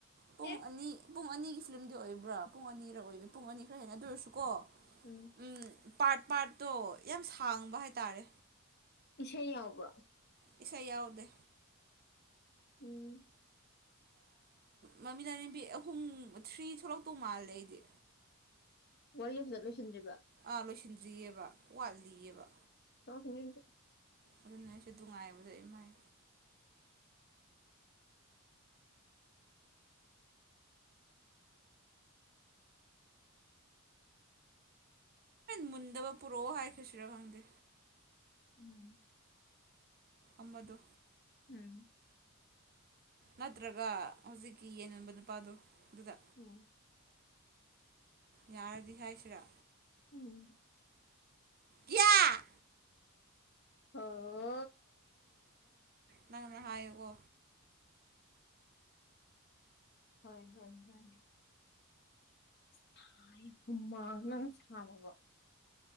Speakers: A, on the right; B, on the left.
A: ꯄꯨꯡ
B: ꯑꯦ
A: ꯑꯅꯤ__ ꯄꯨꯡ ꯑꯅꯤꯒꯤ ꯐꯤꯂꯝꯗꯤ ꯑꯣꯏꯕ꯭ꯔꯥ ꯄꯨꯡ ꯑꯅꯤꯔꯛ ꯑꯣꯏꯕ ꯄꯨꯡ ꯑꯅꯤ ꯈꯔ ꯍꯦꯟꯅ ꯑꯗꯨ ꯑꯣꯏꯔꯁꯨꯀꯣ__
B: ꯎꯝ
A: ꯎꯝ ꯄꯥꯔꯠ ꯄꯥꯔꯠꯇꯣ ꯌꯥꯝ ꯁꯥꯡꯕ ꯍꯥꯏꯇꯥꯔꯦ
B: ꯏꯁꯩ ꯌꯥꯎꯕ꯭ꯔꯥ
A: ꯏꯁꯩ ꯌꯥꯎꯗꯦ
B: ꯎꯝ
A: ꯃꯃꯤ ꯇꯔꯦꯝꯕꯤ ꯑꯍꯨꯝ ꯊ꯭ꯔꯤ ꯊꯣꯛꯂꯛꯇꯧ ꯃꯥꯜꯂꯦ ꯑꯩꯗꯤ꯫
B: ꯋꯥꯔꯤ ꯐꯖꯅ ꯂꯣꯏꯁꯤꯟꯗ꯭ꯔꯤꯕ
A: ꯑꯥ ꯂꯣꯏꯁꯤꯟꯗ꯭ꯔꯤꯑꯕ ꯋꯥꯠꯂꯤꯑꯕ
B: ꯊꯣꯛꯂꯛꯈꯤꯅꯤ ꯑꯗꯨꯗꯤ
A: ꯑꯗꯨꯅ ꯑꯩꯁꯨ ꯑꯗꯨ ꯉꯥꯏꯕꯗ ꯏꯃꯥꯏ ꯃꯨꯟꯗꯕ ꯄꯨꯔꯣ ꯍꯥꯏꯈꯁꯤꯔ ꯈꯪꯗꯦ
B: ꯎꯝ
A: ꯑꯃꯗꯨ
B: ꯎꯝ
A: ꯅꯠꯇ꯭ꯔꯒ ꯍꯧꯖꯤꯛꯀꯤ ꯌꯦꯟ ꯌꯣꯟꯕ ꯅꯨꯄꯥꯗꯣ ꯑꯗꯨꯗ
B: ꯎꯝ
A: ꯌꯥꯔꯗꯤ ꯍꯥꯏꯁꯤꯔ
B: ꯎꯝ
A: ꯀꯌꯥ
B: ꯑꯣ
A: ꯅꯪꯅ ꯍꯥꯏꯌꯨꯀꯣ
B: ꯍꯣꯏ ꯍꯣꯏ ꯍꯣꯏ <unintelligible>